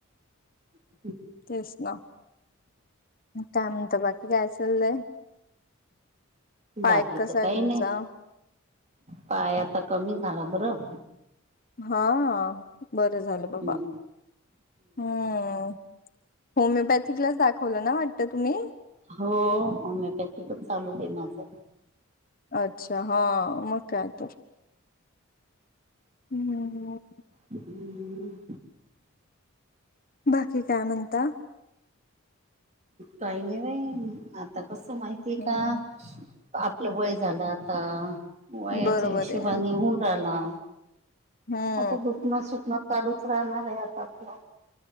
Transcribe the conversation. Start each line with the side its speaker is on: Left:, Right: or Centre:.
Right: ह
Left: तेच ना काम तर बाकी काय चाललंय पाय
Right: बाकी
Left: कसा
Right: तर
Left: आहे
Right: काही
Left: तुमचा
Right: नाही.... पाय आता कमी झाला बरं...
Left: हा बरं झालं बाबा
Right: हम्म
Left: हम्म... होमिओपॅथीकलाच दाखवलं ना वाटतं तुम्ही...
Right: हो होमिओपॅथीकच चालू आहे माझं....
Left: अच्छा हा मग काय तर.... हम् हम....
Right: हम्म...
Left: बाकी काय म्हणता...
Right: काही नाही बाई आता कसं माहितीय
Left: हम्म
Right: का? आपलं वय झालं आता वयाच्या
Left: बरोबर
Right: हिशेबा
Left: आहे
Right: हून राहिला...
Left: हम्म
Right: आता दुखणं सुखणं चालूच राहणार आहे आता आपलं...